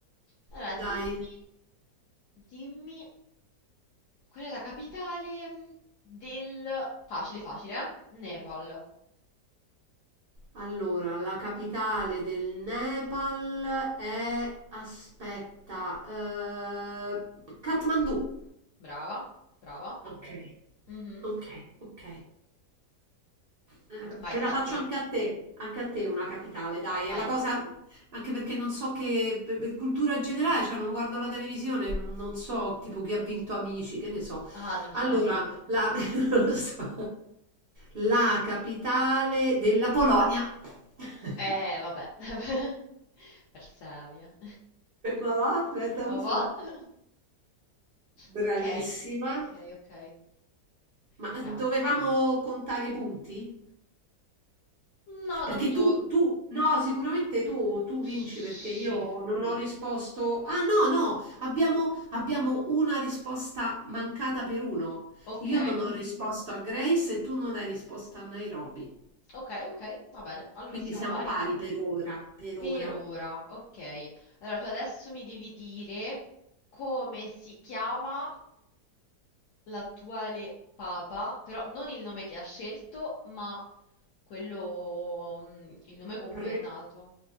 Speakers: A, on the left; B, on the right.
A: Allora,
B: dai,
A: dimmi, dimmi, qual è la capitale del... Facile, facile, eh? Nepal.
B: allora, la capitale del Nepal è... Aspetta, eh, Kathmandu.
A: Brava, brava.
B: Ok,
A: Mhm.
B: ok, ok. Eh,
A: Vai,
B: Te
A: sta
B: la faccio
A: a te.
B: anche a te, anche a te una capitale, dai,
A: Vai.
B: è la cosa, anche perché non so che, per- per cultura generale, cioè non guardo la televisione, non so tipo chi ha vinto Amici, che ne so.
A: Ah, non lo
B: Allora,
A: so neanche io.
B: la,
A: <laughs>
B: <laughs> non lo so. La capitale della Polonia. <laughs>
A: Eh, vabbè. <laughs> Persevia.
B: Ma va, guarda
A: Ma
B: un
A: va?
B: po'.
A: <laughs>
B: Bravissima.
A: Ok, ok, ok.
B: Ma
A: Vediamo.
B: dovevamo contare i punti?
A: No,
B: Perché
A: tanto...
B: tu, tu, no, sicuramente tu, tu
A: Sì.
B: vinci perché io non ho risposto. Ah, no, no, abbiamo, abbiamo una risposta mancata per uno.
A: Ok,
B: Io non ho risposto a Grace e tu non hai risposto a Nairobi.
A: ok, ok, va bene. Allora
B: Quindi
A: siamo
B: siamo
A: pari.
B: pari per ora, per
A: Per
B: ora.
A: ora, ok. Allora tu adesso mi devi dire come si chiama l'attuale papa, però non il nome che ha scelto, ma quello, mm, il nome con cui
B: Pre-
A: è nato.